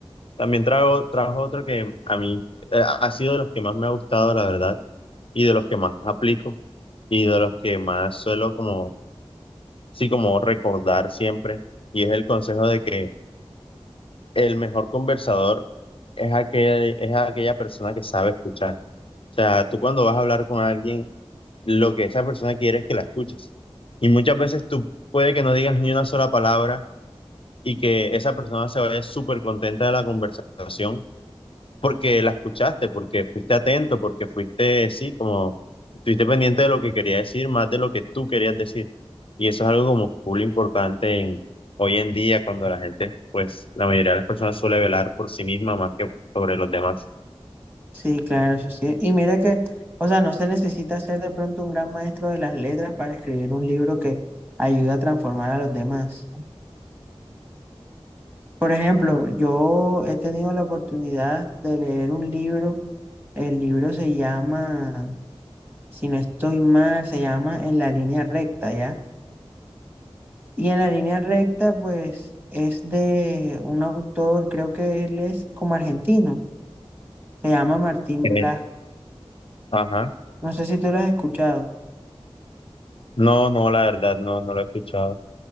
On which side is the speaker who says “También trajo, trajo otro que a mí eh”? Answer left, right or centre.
Left